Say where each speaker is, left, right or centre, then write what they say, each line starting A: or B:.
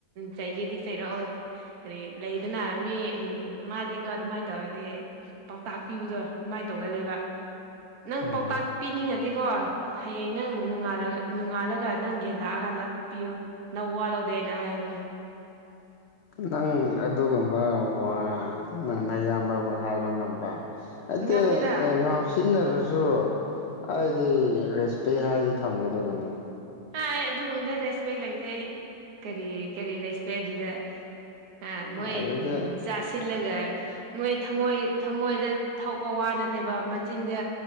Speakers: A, on the right; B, on the left.
A: ꯆꯩꯒꯗꯤ ꯆꯩꯔꯛꯑꯣ ꯍꯥꯏ ꯂꯩꯗꯅ ꯃꯤ ꯃꯥꯗꯤꯒꯣ ꯑꯗꯨꯃꯥꯏꯅ ꯇꯧꯔꯗꯤ ꯄꯥꯎꯇꯥꯛ ꯄꯤꯕꯗꯣ ꯑꯗꯨꯃꯥꯏꯅ ꯇꯧꯒ ꯂꯩꯕ ꯅꯪ
B: ꯎꯝ
A: ꯄꯥꯎꯇꯥꯛ ꯄꯤꯅꯤꯡꯉ ꯑꯗꯨꯗꯤꯀꯣ ꯍꯌꯦꯡ ꯅꯪ ꯅꯉꯥꯜꯂ ꯅꯣꯡꯉꯥꯜꯂꯒ ꯅꯪ ꯌꯦꯟ ꯇꯥꯛꯑꯀꯥꯟꯗ ꯄꯤꯌꯨ ꯅꯪ ꯋꯥꯠꯍꯧꯗꯦ ꯑꯩꯅ ꯍꯥꯏꯔꯤꯅꯦ <unintelligible>
B: ꯅꯪ ꯑꯗꯨꯒꯨꯝꯕ ꯋꯥ ꯅꯪꯅꯌꯥꯝꯕꯕꯨ ꯍꯥꯏꯕ ꯉꯝꯕ ꯑꯗꯤ
A: ꯉꯝꯃꯤꯗ
B: ꯉ ꯁꯤꯟꯅꯔꯁꯨ ꯑꯩꯗꯤ ꯔꯦꯁꯄꯦꯛ ꯍꯥꯏꯗꯤ ꯊꯝꯒꯗꯕꯅꯤ
A: ꯍꯥꯏ ꯑꯗꯨꯒꯨꯝꯕꯗ ꯔꯦꯁꯄꯦꯛ ꯂꯩꯇꯦ ꯀꯔꯤ ꯀꯔꯤ ꯦ ꯑꯗꯨꯗ ꯑ ꯃꯣꯏ
B: ꯑꯗꯨꯗꯤ
A: ꯎ ꯆꯥꯁꯤꯜꯂꯒ ꯃꯣꯏ ꯊꯝꯃꯣꯏ ꯊꯃꯣꯏꯗ ꯊꯥꯛꯄ ꯋꯥ ꯅꯠꯇꯦꯕ ꯃꯆꯤꯟꯗ